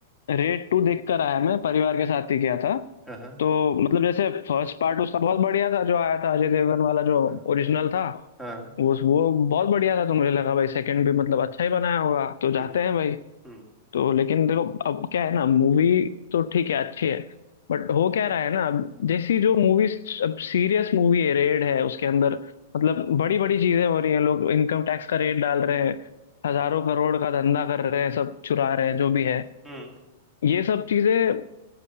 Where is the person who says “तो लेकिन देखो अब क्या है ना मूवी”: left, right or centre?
Left